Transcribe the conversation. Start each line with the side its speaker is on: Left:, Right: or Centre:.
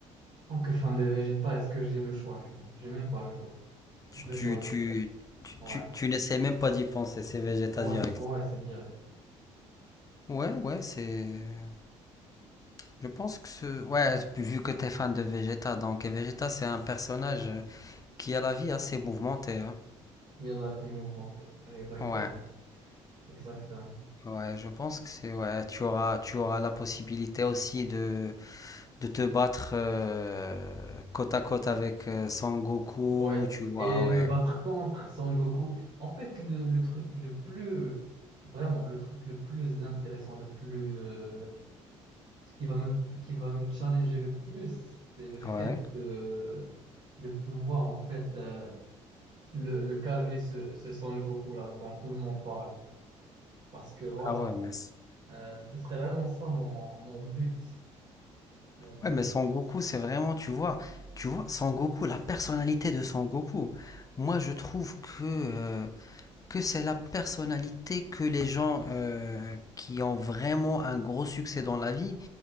Right: En tant que fan de Vegeta, est-ce que j'ai le choix, tu vois? J'ai même pas le choix.
Left: Tu,
Right: Je vais
Left: tu,
Right: choisir.
Left: tu, tu,
Right: Ouais.
Left: tu- tu n'essaies même pas d'y penser, c'est Vegeta
Right: Ouais.
Left: direct.
Right: Ouais, c'est direct.
Left: Ouais, ouais, c'est. Je pense que ce. Ouais, vu que t'es fan de Vegeta, donc et Vegeta, c'est un personnage euh, qui a la vie assez mouvementée. hein.
Right: Il y a la vie mouvementée. Exactement.
Left: Ouais,
Right: Exactement.
Left: ouais, je pense que c'est. Ouais, tu auras, tu auras la possibilité aussi de, de te battre euh, côte à côte avec euh, Son Goku,
Right: Ouais.
Left: tu vois,
Right: Et
Left: ouais.
Right: me battre contre Son Goku. En fait, le, le truc le plus... Vraiment, le truc le plus intéressant, le plus... euh, Ce qui va me, qui va me challenger le plus, c'est le fait
Left: Ouais.
Right: de, de pouvoir, en fait... euh, le, le calmer ce, ce Son Goku là dont tout le monde parle. Parce que voilà,
Left: Ah ouais, mais.
Right: euh, ce serait vraiment ça mon, mon but. Mon but,
Left: Ouais, mais Son
Right: ce
Left: Goku,
Right: serait ça.
Left: c'est vraiment, tu vois, tu vois, Son Goku, la personnalité de Son Goku. Moi, je trouve que, euh, que c'est la personnalité que les gens euh, qui ont vraiment un gros succès dans la vie,